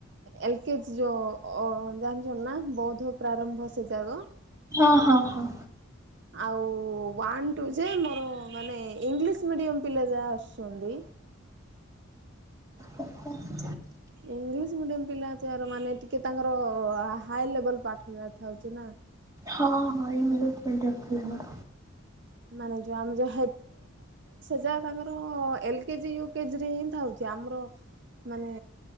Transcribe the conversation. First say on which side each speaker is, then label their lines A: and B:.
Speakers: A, on the right; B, on the right.
A: ଏଲ୍ କେଜି ଯୋଉ ଅ ଜାଣିଚ ନା ବୌଦ୍ଧ ପ୍ରାରମ୍ଭ ସେ ଯାଗ?
B: ହଁ ହଁ ହଁ।
A: ଆଉ ୱାନ ଟୁ ଯେ ମୋର ମାନେ ଇଂଲିଶ ମିଡିୟମୂ ପିଲା ଯାହା ଆସିସନ୍ତି।
B: ଓହ।
A: ଇଂଲିଶ୍ ମିଡିୟମ୍ ପିଲା ଅଛି ଏଆର ମାନେ କି ତାଙ୍କର ହାଇ ଲେବଲ୍ ପାଠ ଯାକ ଥାଉଚି ନା?
B: ହଁ ହଁ ଇଂଲିଶ୍ ମିଡ଼ିୟମ୍ ପିଲା।
A: ମାନେ ଯୋଉ ଆମେ ଯା <inaudible> ତାଙ୍କର ଏଲ କେଜି ୟୁ କେଜିରେ ହିଁ ଥାଇ। ଚ୍ୟାମର ମାନେ